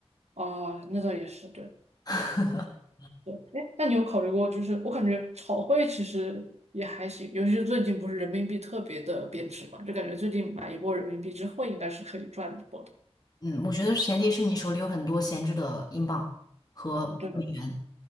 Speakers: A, on the right; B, on the left.
A: 哦，那倒也是，对。
B: <laughs>
A: 对，哎，那你有考虑过，就是我感觉炒汇其实也还行，尤其是最近不是人民币特别的贬值嘛，就感觉最近买一波人民币之后，应该是可以赚一波的。
B: 嗯，我觉得前提是你手里有很多闲置的英镑和美元，
A: 对